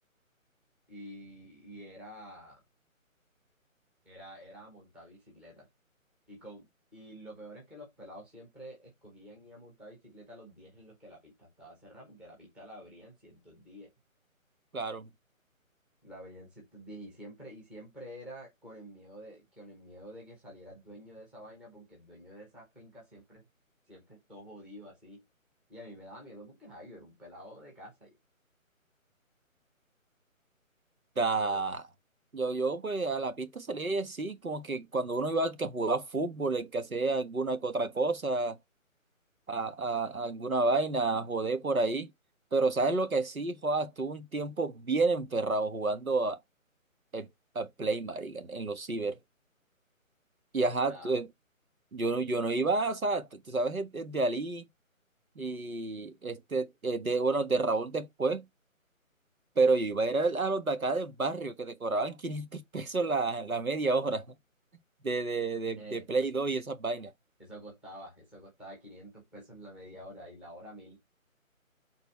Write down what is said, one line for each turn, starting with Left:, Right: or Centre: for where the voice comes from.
Centre: y, y era, era, era montar bicicleta. Y, con, y lo peor es que los pelados siempre escogían ir a montar bicicleta los días en los que la pista estaba cerrada, porque la pista la abrían ciertos días.
Right: Claro.
Centre: La veía en ciertos días y siempre, y siempre era con el miedo de, con el miedo de que saliera el dueño de esa vaina, porque el dueño de esa finca siempre, siempre es todo jodido así. Y a mí me daba miedo porque ay, yo era un pelado de casa. ya
Right: Da.
Centre: Pero
Right: Yo, yo, pues, a la pista salía y así, como que cuando uno iba que a jugar fútbol, el que hacía alguna que otra cosa, a, a- a alguna vaina, a joder por ahí. Pero, ¿sabes lo que sí, joa? Estuve un tiempo bien enferrado jugando a, el- a Play, marica, en los ciber. Y ajá,
Centre: da,
Right: Yo no, yo no iba, o sea, t- tú sabes, el- el de Ali y este, eh, de, bueno, de Raúl después, pero yo iba a ir a, a los de acá del barrio que te cobraban <laughs> 500 pesos la, la media hora de, de, de,
Centre: eh,
Right: de Play 2 y esas vainas.
Centre: eso costaba, eso costaba 500 pesos la media hora y la hora mil.